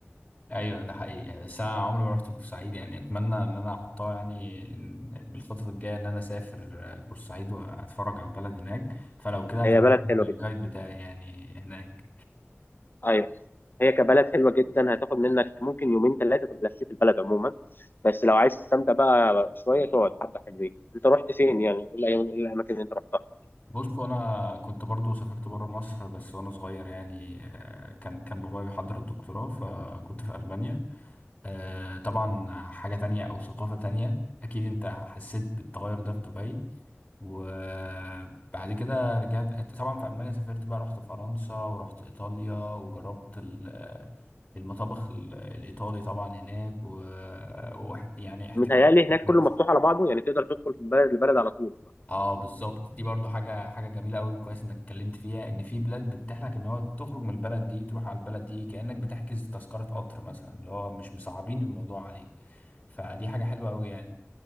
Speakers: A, on the left; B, on the left.
A: ايوه ده حقيقي يعني بس انا عمري ما رحت بورسعيد يعني اتمنى ان انا احطها يعني من الخطط الجايه ان انا اسافر آه، بورسعيد واتفرج على البلد هناك فلو كده هتبقى
B: هي بلد
A: أنت
B: حلوه
A: الجايد
B: جدا
A: بتاعي يعني هناك
B: ايوه هي كبلد حلوه جدا هتاخد منك ممكن يومين ثلاثه تبقى لفيت البلد عموما بس لو عايز تستمتع بقى شويه تقعد حبه حلوين انت رحت فين يعني ايه الأيام- إيه الاماكن اللي انت رحتها
A: بص وانا كنت برضو سافرت بره مصر بس وانا صغير يعني آه، كان كان بابايا بيحضر الدكتوراه فكنت في المانيا آه، طبعا حاجه تانية او ثقافه تانية اكيد انت حسيت بالتغير ده في دبي وبعد كده رجعت طبعا في ألمانيا سافرت بقى رحت فرنسا ورحت إيطاليا وجربت ال- المطابخ ال- الإيطالي طبعا هناك و... وواحد يعني احتكيت
B: متهيألي
A: بالناس.
B: هناك كله مفتوح على بعضه يعني تقدر تدخل من بلد لبلد على طول
A: اه بالظبط دي برضو حاجة حاجة جميلة قوي كويس انك اتكلمت فيها ان في بلاد بتتيح لك ان هو تخرج من البلد دي تروح على البلد دي كأنك بتحجز تذكرة قطر مثلا اللي هو مش مصعبين الموضوع عليك فدي حاجة حلوة قوي يعني